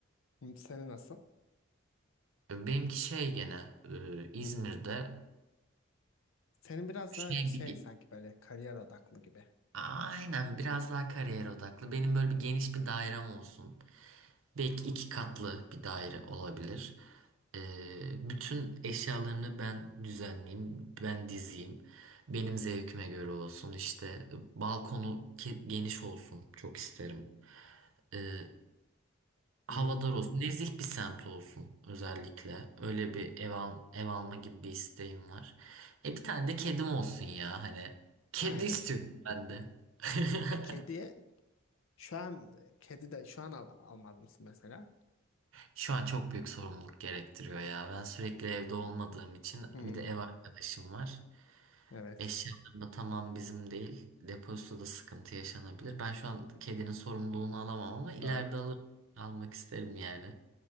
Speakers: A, on the left (about 80°); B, on the right (about 75°).
A: seni nasıl?
B: E, benimki şey gene e, İzmir'de
A: Senin biraz
B: şey
A: daha şey
B: bir, bir-
A: sanki böyle kariyer odaklı gibi.
B: aynen biraz daha kariyer odaklı. Benim böyle bir geniş bir dairem olsun. Belki iki katlı bir daire olabilir. Ee, bütün eşyalarını ben düzenleyeyim, ben dizeyim. Benim zevkime göre olsun işte. Balkonu ke- geniş olsun çok isterim. Ee, havadar
A: Hmm,
B: olsun, nezih bir semt olsun özellikle. Öyle bir ev, al- ev alma gibi bir isteğim var. E bir tane de kedim olsun ya hani. Kedi
A: aynen.
B: istiyorum ben de. <laughs>
A: E, kediye şu an kedi de şu an al, almaz mısın mesela?
B: Şu an çok büyük sorumluluk gerektiriyor ya. Ben sürekli evde olmadığım için
A: Hmm,
B: bir de ev arkadaşım var.
A: evet.
B: Eşyalarım da tamam bizim değil. Depozitoda sıkıntı yaşanabilir. Ben şu an kedinin sorumluluğunu alamam ama ileride
A: Doğru.
B: alır, almak isterim yani.